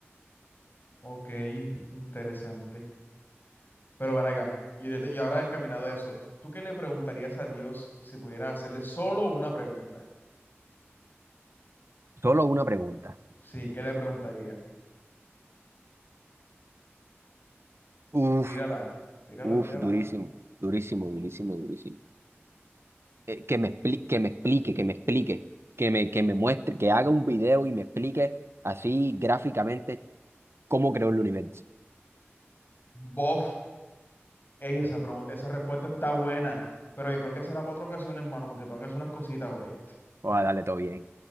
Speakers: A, on the left; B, on the right.
A: Ok, interesante. Pero ven acá, y, ahorita- y ahora encaminado a eso, ¿tú qué le preguntarías a Dios si pudieras hacerle solo una pregunta?
B: Solo una pregunta.
A: Sí, ¿qué le preguntaría?
B: Uf,
A: Tírala, tírala,
B: uf,
A: tírala.
B: durísimo, durísimo, durísimo, durísimo. Eh, que me expli- que me explique, que me explique, que me, que me muestre, que haga un video y me explique así gráficamente cómo creó el universo.
A: Bof, ey, esa pregunta, esa respuesta está buena, pero yo creo que será para otra ocasión, hermano, porque tengo que hacer unas cositas, ¿oíste?
B: Vamos a darle todo bien.